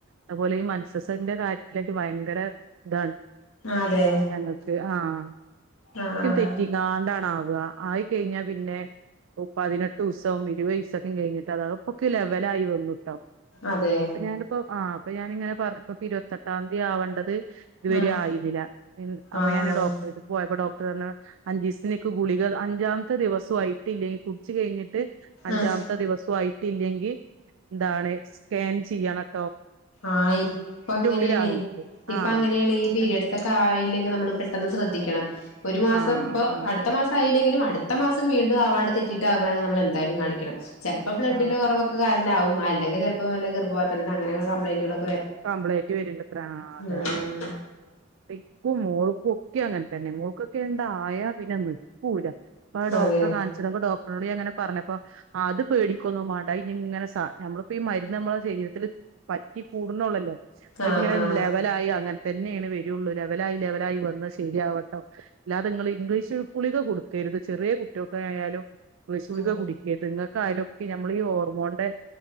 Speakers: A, on the right; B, on the left.
A: അതുപോലെ ഈ മെൻസസിന്റെ കാര്യത്തിലായിട്ട് ഭയങ്കര ഇതാണ്
B: അതെ അതെ
A: ഞങ്ങൾക്ക് ആഹ്
B: ആഹ്
A: പ്പംതെറ്റി
B: ആഹ്
A: നാണ്ടാണ ആാവ ആയി കഴിഞ്ഞാൽ പിന്നെ പതിനെട്ട് ദിവസം ഇരുവയസ്സൊക്കെ കഴിഞ്ഞിട്ട് അതക്കെപ്പം ലെവലായി വന്നിട്ടോ
B: അതെ
A: പ്പ ഞാനിപ്പോ ആ അപ്പൊ ഞാാനിങ്ങനെ പറഞ്ഞ ഇപ്പ ഇരുപത്തെട്ടാം തി ആവണ്ടത് ഇതുവര
B: ആഹ്
A: ആയിരുന്നില്ല അപ്പൊ
B: ആഹ്
A: ഞാൻ ഡോക്ടറട്ത്ത് പോയപ്പോ ഡോക്ടർ അഞ്ചിസ്തി നെക്ക് ഗുളിക അഞ്ചാമത്തെ ദിവസു ആയിട്ടില്ലെങ്കി കുടിച്ച് കഴിഞ്ഞിട്ട് അഞ്ചാമത്തെ
B: ആഹ്
A: ദിവസു ആയി ട്ടില്ലെങ്കിൽ എന്താണ് സ്കാൻ ചെയ്യണം
B: ആഹ് ഇപ്പൊ അങ്ങനേണ്
A: ഉള്ളിലായിട്ട്
B: ഇപ്പ
A: ആ
B: അങ്ങണേണ് ഈ പീരയഡ്സ്
A: അഞ്ച്
B: ഒക്കെ ആയില്ലെങ്കിൽ നമ്മള് പെ <unintelligible> ശ്രദ്ധിക്കണം ഒരു മാസം
A: ആ
B: ഇപ്പൊ
A: ആ
B: അടു ഒരു മാസം ആയില്ലെങ്കിലും അടുത്ത മാസം വീണ്ടും അവാർഡ തെറ്റിട്ടാവുകയാണെങ്കിൽ നമ്മെന്തായാലും കാണിക്കണം ചിലപ്പോ ബ്ലഡിന്റെ
A: ആ
B: കുറവൊക്കെ കാരണാവും അല്ലെങ്ക ചിലപ്പോ വല്ല ഗർഭപാത്രത്തി അങ്ങന കപ്ലയിൻ്റുകളൊ
A: കംപ്ലൈന്റ്റ് വരണ്ടത്ര അതെ
B: ആഹ്
A: അതെ പിക്കും മോൾക്കും ഒക്കെ അങ്ങനെ തന്നെ മോൾക്കൊക്കെ ണ്ടായ പിന്നെ നക്കൂലപ്പ ആ ഡോക്ടർ
B: അതെ അതെ
A: കാ ചിലപ്പം ഡോടറിനോട് ഞാൻ അങ്ങനെ പറഞ്ഞപ്പൊ അത് പേടിക്കൊന്നും വേണ്ട ഇനി ഇങ്ങനെ സാ നമ്മളപ്പോ ഈ മരുന്ന് നമ്മെളെ ശരീരത്തിത്തില് പറ്റി കൂടുന്നുള്ളല്ലോ അങ്ങനെ
B: ആഹ്
A: ഒരു
B: ആഹ്
A: ലെപെ ലായി അങ്ങനെ തന്നെയാണ് വരുുള്ളൂ ലെവലായി ലെവലായി വന്ന് ശരിയാവട്ടെ ഇല്ലാതെ നിങ്ങള്ൾ ഇംഗ്ലീഷ് ഗുളിക കൊടുക്കരുത് ചെറിയ കുട്ടികൾക്കെ ആയാലും ഇംഗ്ലീഷ് ഗളിക
B: ആഹ് അതെ
A: കുടിക്ക എതങ്ങൾക്കായാലൊക്കെ നമ്മൾ ഈ ഹോർമോണന്റെ